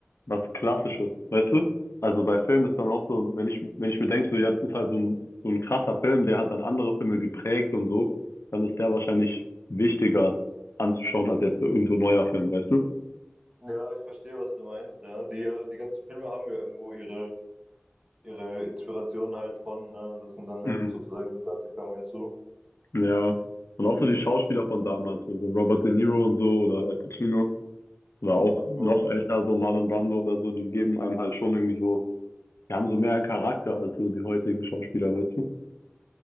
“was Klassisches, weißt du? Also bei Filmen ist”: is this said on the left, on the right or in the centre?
Left